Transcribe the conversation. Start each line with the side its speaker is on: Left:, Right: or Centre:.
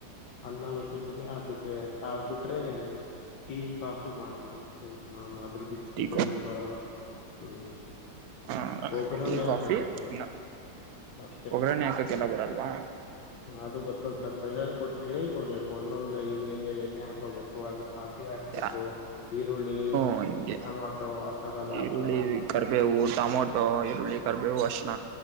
Left: ಅಲ್ಲ ನಾವು. <unintelligible> ಅದಕ್ಕೆ ಆದ್ಬಿಟ್ರೆ. ಟಿ ಕಾಫಿ ಮಾಡತೀವಿ. <unintelligible> ಬಿಟ್ಟು
Right: ಟೀ
Left: ಬೇರೆ ಬರಲ್ಲ. ಹ್ಮ್
Right: ಹಾ
Left: ಒಗ್ಗರಣೆ
Right: ಟೀ ಕಾಫಿ
Left: ಹಾಕಕ್ ಬರ್ತದ
Right: ಇನ್ನಾ
Left: ಅಷ್ಟೇ
Right: ಒಗ್ಗ್ರರಣೆ ಹಾಕಕ್ಕೆಲ್ಲ ಬರಲ್ವಾ.
Left: ಅದು <unintelligible> ಹೇಳ್ಕೊಡ್ಬೇಕು ಒಂದೊಂದೇ ಹಿಂಗ ಹೆಂಗ್ ಎಣ್ಣೆ ಹಾಕೋಬೇಕು ಅದಕ್ ಸಾಸಿವೆ ಹಾಕ್ಬೇಕು
Right: ಯಾ
Left: ಈರುಳ್ಳಿ
Right: ಹ್ಮ ಹಂಗೆ
Left: ಟಮಾಟೊ ಆತರ ಎಲ್ಲ ಹಾಕ್ಬೇಕ್
Right: ಈರುಳ್ಳಿ
Left: ಒಂದ್ಸ
Right: ಕರಿಬೇವು ಟೊಮೊಟೊ ಈರುಳ್ಳಿ ಕರಿಬೇವು ಅರ್ಶಿಣ